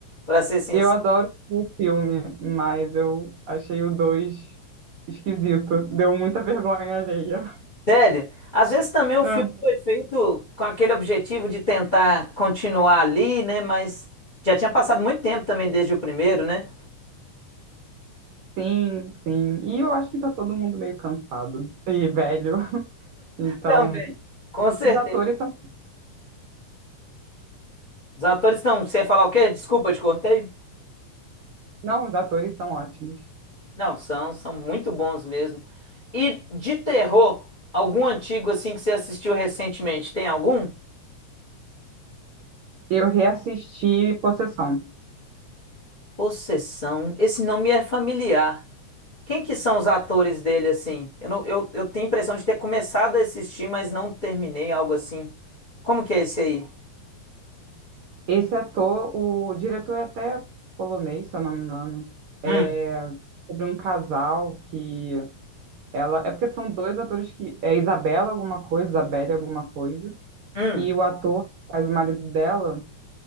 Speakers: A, on the left (about 50°); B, on the right (about 85°).
A: pra ser sincero.
B: Eu adoro o filme, mas eu achei o 2 esquisito. Deu muita vergonha alheia.
A: Sério? Às vezes também o
B: Ah,
A: filme foi feito com aquele objetivo de tentar continuar ali, né? Mas já tinha passado muito tempo também desde o primeiro, né?
B: Sim, sim. E eu acho que tá todo mundo meio cansado e velho. Então,
A: Também. Com certeza.
B: os atores são,
A: Os atores estão. Você ia falar o quê? Desculpa, eu te cortei?
B: não, os atores são ótimos.
A: Não, são, são muito bons mesmo. E de terror, algum antigo assim que você assistiu recentemente? Tem algum?
B: Eu reassisti Possessão.
A: Possessão. Esse nome é familiar. Quem que são os atores dele, assim? Eu, não- eu, eu tenho a impressão de ter começado a assistir, mas não terminei, algo assim. Como que é esse aí?
B: Esse ator, o diretor é até polonês, se eu não me engano. É
A: Hum,
B: sobre um casal que ela, é porque são dois atores que é Isabela alguma coisa, Isabelle alguma coisa,
A: hum.
B: e o ator que faz o marido dela